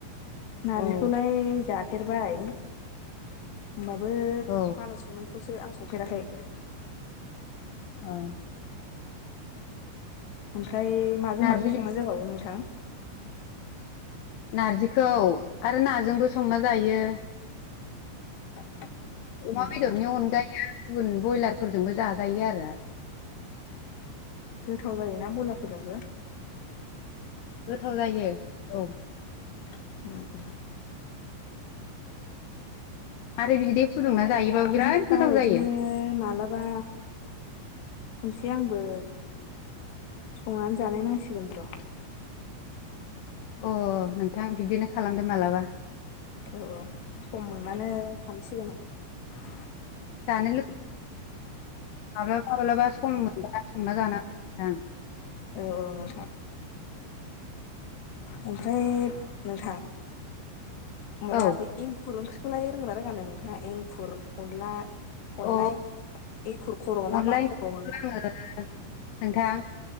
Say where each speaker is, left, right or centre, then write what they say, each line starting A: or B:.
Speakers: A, on the left; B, on the left.
A: नारजिखौलाय
B: औ
A: जाफेरबाय होनबाबो
B: औ
A: मालाय संनायखौसो आं संफेराखै
B: औ
A: ओमफ्राय माजों
B: नारजि
A: माजों संनाय जाबावो नोंथां
B: नारजिखौ आरो नाजोंबो संना जायो
A: <inaudible>
B: अमा
A: उम
B: बेदरनि
A: उम
B: अनगायै आरो गुबुन ब्रयलारफोरजोंबो जाजायो आरो
A: गोथाव जायोना ब्रयलारफोरजोंबो
B: गोथाव जायो औ
A: <inaudible>
B: आरो बिदै फुदुंना जायोबाबो बिराद
A: नों खिथानाय
B: गोथाव
A: बादिनो
B: जायो
A: मालाबा संसै आंबो संनानै जानाय नांसिगोन र'
B: अ नोंथां बिदिनो खालामदो मालाबा
A: औ सम मोनबानो खालामसिगोन आं
B: जानो लुबैब्ला माब्लाबा माब्लाबा सम मोनबा संना जानांगौ नोंथां
A: औ औ नोंथां ओमफ्राय नोंथां माबा
B: औ
A: बे एंखुर ओंख्रिखौलाय रोङोना रोङानो नोंथाङा एंखुर अनला अनला
B: अ
A: एंखुर खर'
B: अनला
A: ना मा
B: एंखुरखौ
A: खर' होनो
B: आङो नोंथां